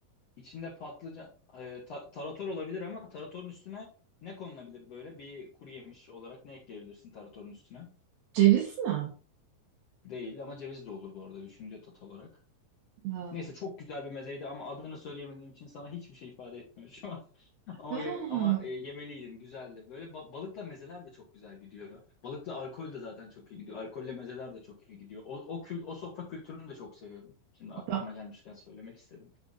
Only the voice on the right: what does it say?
Ceviz mi?
Ha.
Aa,
ba-